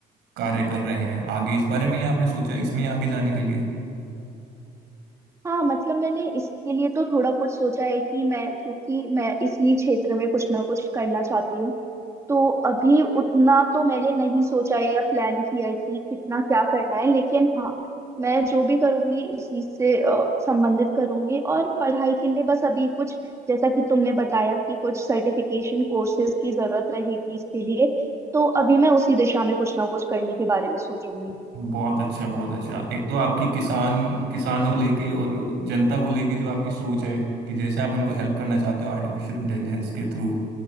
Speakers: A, on the right; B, on the right.
A: कार्य कर रहे हैं आगे इस बारे में ही आपने सोचा इसमें ही आगे जाने के लिए
B: हाँ मतलब मैंने इसके लिए तो थोड़ा कुछ सोचा है कि मैं क्योंकि मैं इसी क्षेत्र में कुछ ना कुछ करना चाहती हूँ तो अभी उतना तो मैंने नहीं सोचा है या प्लान किया है कि कितना क्या करना है लेकिन हाँ मैं जो भी करूंगी इस चीज से अ, संबंधित करूंगी और पढ़ाई के लिए बस अभी कुछ जैसा कि तुमने बताया कि कुछ सर्टिफिकेशन कोर्सेज की जरूरत रहेगी इसके लिए तो अभी मैं उसी दिशा में कुछ ना कुछ करने के बारे में सोचूंगी
A: बहुत अच्छा बहुत अच्छा एक तो आपकी किसान किसानों को लेके और जनता को लेके जो आपकी सोच है कि जैसे आप उनको हेल्प करना चाहते हो आर्टिफिशियल इंटेलिजेंस के थ्रू